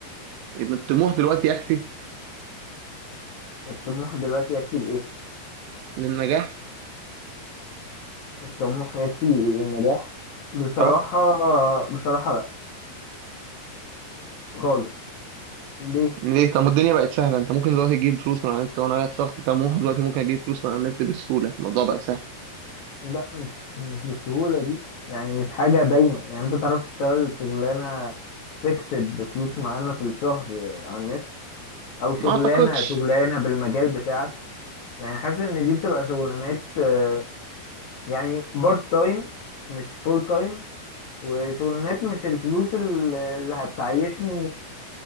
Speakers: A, on the right; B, on the left.
A: الطموح دلوقتي يكفي
B: والطموح دلوقتي يكفي لايه
A: للنجاح
B: الطموح يكفي للنجاح بصراحة
A: اه
B: بصراحة لا خالص ليه
A: ليه طب ما الدنيا بقت سهله انت ممكن دلوقتي تجيب فلوس من على النت وانا شخص طموح دلوقتي ممكن اجيب فلوس من على النت بسهوله الموضوع بقى سهل
B: لا مش مش بالسهولة دي يعني مش حاجة دايما يعني انت تعرف تشتغل شغلانة فيكسد بفلوس معينة في الشهر على النت او شغلانة
A: ما اعتقدش
B: شغلانة بالمجال بتاعك يعني حاسس ان دي بتبقى شغلانات آه، يعني بارت تايم مش فول تايم وشغلانات مش الفلوس اللي اللي هتعيشني